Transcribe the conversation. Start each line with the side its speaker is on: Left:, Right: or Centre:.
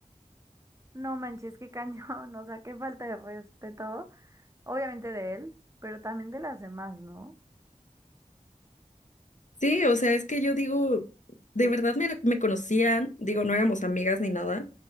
Right: no manches, qué cañón, <laughs> o sea, qué falta de respeto, obviamente de él, pero también de las demás, ¿no?
Left: Sí, o sea, es que yo digo, de verdad me, me conocían, digo, no éramos amigas ni nada,